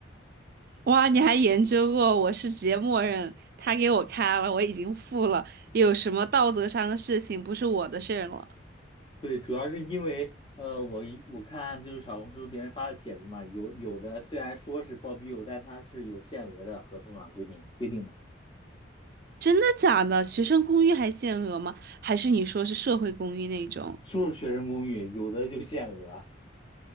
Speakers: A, on the right (about 55°); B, on the left (about 25°).
A: 哇，你还研究过，我是直接默认他给我开了，我已经付了，有什么道德上的事情不是我的事儿了？
B: 对，主要是因为呃，我一我看就是小红书别人发的帖子嘛，有有的虽然说是包庇友，但它是有限额的，合同上规定规定的，
A: 真的假的？学生公寓还限额吗？还是你说是社会公寓那种？
B: 说是学生公寓，有的就限额，